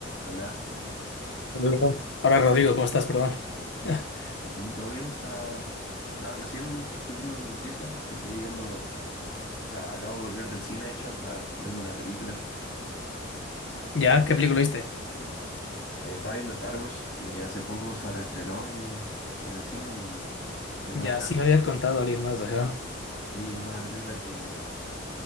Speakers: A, on the left (about 50°); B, on the left (about 70°).
A: Hola,
B: Hola. Ahora, Rodrigo, ¿cómo estás? Perdón. <laughs>
A: aquí todo bien, está estaba recién subiendo en mi pieza, me quedé viendo, o sea, acabo de volver del cine, de hecho, andaba viendo una película.
B: ¿Ya? ¿Qué película viste?
A: Eh, estaba viendo Star Wars, que hace poco se reestrenó en, en el cine y, y que es
B: Ya,
A: una saga-
B: sí me había contado alguien más, ajá.
A: y es una película que,